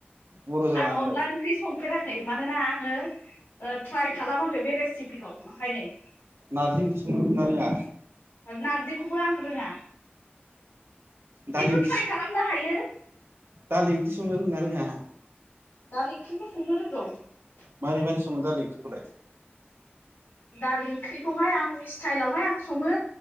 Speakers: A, on the right; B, on the left.
A: बर' जानानैलाय
B: आं अनला ओंख्रि संफेराखै मानोना ओ ट्राइ खालामाखै बे रेसिपिखौ ओंखायनो ।
A: नारजि ओंख्रि संनो‌ रोङोना रोङा?
B: नारजिखौबो आं रोङा खिन्थु
A: दालि ओंख्रि
B: ट्राइ खालामनो हायो ।
A: दालि ओंख्रि संनो रोङोना रोङा?
B: दालि ओंख्रिखौ संनो रोंगौ ।
A: मारै मारै सङो दालि ओंख्रिखौलाय?
B: दालि ओंख्रिखौहाय आंनि स्टाइलावहाय आं सङो